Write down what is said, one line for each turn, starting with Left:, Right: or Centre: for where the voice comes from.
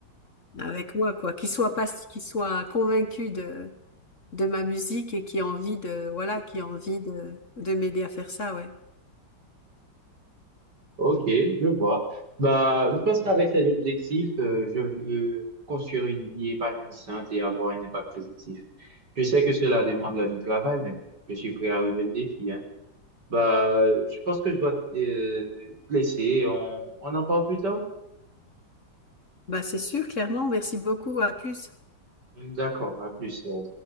Left: avec moi, quoi, qu'il soit pas, qu'il soit convaincu de, de ma musique et qui a envie de, voilà, qui a envie de, de m'aider à faire ça, ouais.
Right: Ok, je vois. Bah, je pense qu'avec cet objectif, euh, je veux construire une vie épanouissante et avoir un impact positif. Je sais que cela demandera du travail, mais je suis prêt à relever le défi, hein. Bah, je pense que je dois euh, te laisser. On, on en parle plus tard?
Left: Bah, c'est sûr, clairement. Merci beaucoup. À plus.
Right: D'accord, à plus. euh,